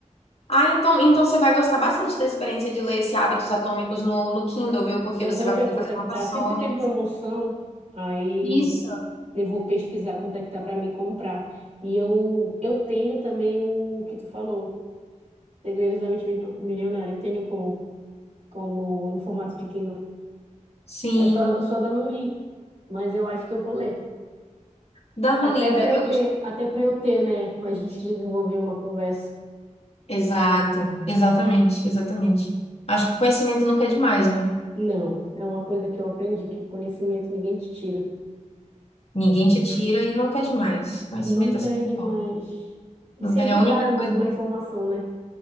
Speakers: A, on the left; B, on the right.
A: Ah, então, então você vai gostar bastante da experiência de ler esse Hábitos Atômicos no, no Kindle, viu? Porque
B: Eu
A: você
B: vou
A: vai
B: ver
A: poder
B: quanto
A: fazer
B: é que
A: anotações.
B: tá. Sempre tem promoção, aí
A: Isso.
B: eu vou pesquisar quanto é que tá para me comprar. E eu eu tenho também o que tu falou Segredos da Mente Mito- Milionária. Eu tenho como, como em formato de Kindle.
A: Sim,
B: Eu só, eu só ainda não li, mas eu acho que eu vou ler.
A: dá uma
B: Até
A: lida.
B: para eu
A: Eu
B: ter, até para eu ter, né? A gente desenvolver uma conversa.
A: Exato, exatamente, exatamente. Acho que conhecimento nunca é demais, né?
B: Não, é uma coisa que eu aprendi, que conhecimento ninguém te tira.
A: Ninguém te tira e nunca é demais. Conhecimento
B: Nunca
A: é sempre
B: é demais.
A: bom.
B: E
A: Nunca
B: sempre
A: é a
B: cabe
A: única
B: mais
A: coisa.
B: uma informação, né?